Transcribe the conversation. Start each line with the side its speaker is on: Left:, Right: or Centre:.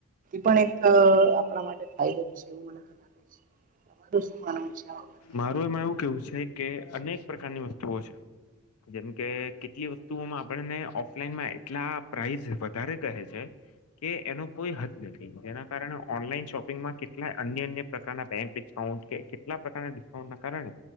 Right: પણ એક આપણા માટે ફાયદો છે એવ મને લાગે છેું તમારું શું માનવું છે પર?
Left: મારુ માણ એવું કેવું છે કે અનેક પ્રકારની વસ્તુઓ છે જેમકે કેટલી વસ્તુઓમાં આપણને ઓફલાઈનમાં એટલા પ્રાઇઝ વધારે કહે છે કે એનો કોઈ હદ નથી જેના કારણે ઓનલાઈન શોપિંગમાં કેટલાય અન્ય અન્ય પ્રકારના બેંક ડિસ્કાઉન્ટ કેટલા પ્રકારના ડિસ્કાઉન્ટ ના કારણે